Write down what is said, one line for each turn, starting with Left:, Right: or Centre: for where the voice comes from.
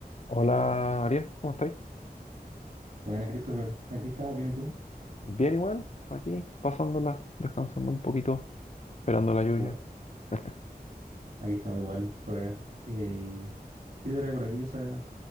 Left: Hola Ariel, ¿cómo estáis?
Right: Buena, Christopher. Aquí estamos bien, ¿y tú?
Left: Bien igual, aquí pasándola, descansando un poquito, esperando la
Right: Qué
Left: lluvia.
Right: Bueno,
Left: <laughs>
Right: aquí estamos igual, por acá. Eh, ¿qué te trae por aquí? O sea,